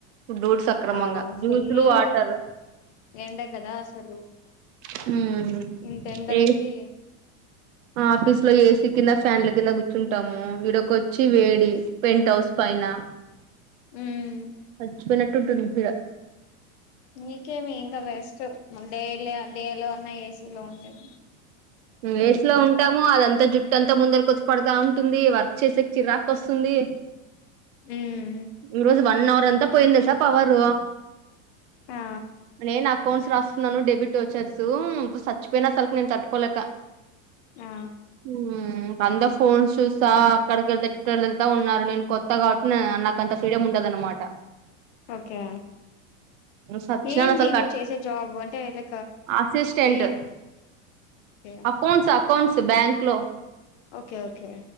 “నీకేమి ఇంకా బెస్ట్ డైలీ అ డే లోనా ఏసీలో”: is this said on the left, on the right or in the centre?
Left